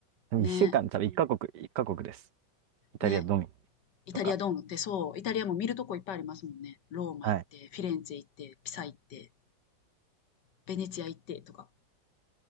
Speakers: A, on the right; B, on the left.
A: でも1週間、
B: ね、
A: 多分1カ国、一カ国です。イタリアのみ
B: ね。イタリアドームってそう、
A: とか。
B: イタリアも見るとこいっぱいありますもんね。ローマ行って、
A: はい。
B: フィレンツェ行って、ピサ行って、ベネチア行ってとか。